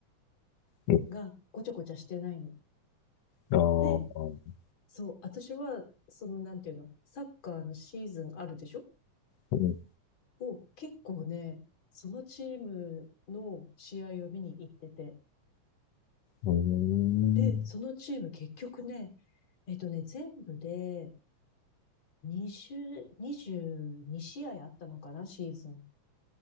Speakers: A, on the left (about 75°); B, on the left (about 55°).
A: うん。
B: がごちゃごちゃしてないの。
A: あ
B: で、
A: ー
B: そう、私は、そのなんていうの、サッカーのシーズンあるでしょ
A: うん。
B: を結構ね、そのチームの試合を見に行ってて、
A: うーん
B: で、そのチーム結局ね、えっとね、全部で20、22試合あったのかな、シーズン。